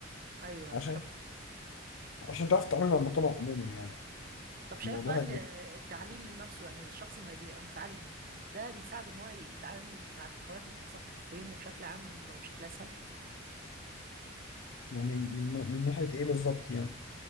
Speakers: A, on the right (about 45°); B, on the left (about 70°).
A: ايوه
B: عشان
A: ايوه طب
B: عشان تعرف تتعامل مع المجتمع عموما يعني
A: طب شايف
B: الموضوع
A: بقى ان
B: هيبقى
A: التعليم نفسه يعني الشخص ما بيبقى متعلم ده بيساعده ان هو يتعامل مع التحولات اللي بتحصل في في يومه بشكل عام بشكل اسهل
B: يعني من من ناحيه ايه بالظبط يعني